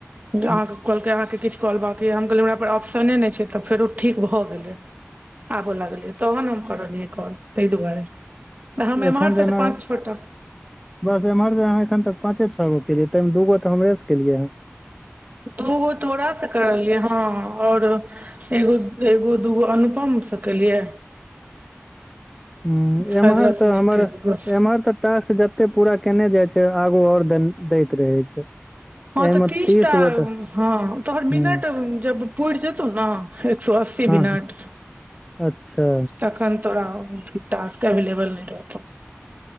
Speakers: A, on the right; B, in the centre.
A: अहाँकेँ
B: हूँ
A: कहलकै अहाँके किछु कॉल बबाक य हम कहलियै हमरा पास ऑप्शने नहि छै त फेरो ठीक भ गेलै आब लगलै तहन हम करलियै कॉल ताहि दुआरे हम
B: एखन
A: एम्हर
B: जेना
A: से पाँच छोटा
B: बस एम्हर जे अहाँखन तक पाँचे छओ गो केलियै तैहिमे दूगो त हमरे केलियै हे
A: दूगो तोराासँ करलियै हँ और एगो एगो दूगो अनुपम से केलियए
B: हु
A: शायद
B: एमहर
A: रश्मि
B: त हमर
A: के केलियै बस
B: एमहर त टास्क जते पूरा केने जाइ छै आगू आऔर दे दैत रहे छै
A: हँ
B: एहिमे
A: त तीसटा
B: तीस गो तऽ
A: हँ तोहर मिनट
B: हूं
A: जब पुर जेतौ ने एक सो अस्सी
B: हँ
A: मिनट
B: अच्छा
A: तखन तोरा भुटा केबल नहि रहत